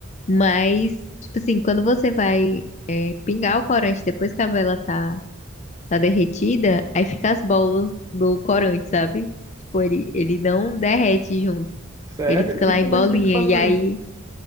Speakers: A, on the left; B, on the right.
A: Mas, tipo assim, quando você vai é, pingar o corante depois que a vela tá, tá derretida, aí fica as bolas do corante, sabe? Tipo, ele, ele não derrete junto.
B: Sério?
A: Ele fica lá
B: E como
A: em bolinha,
B: é que tem que fazer?
A: e aí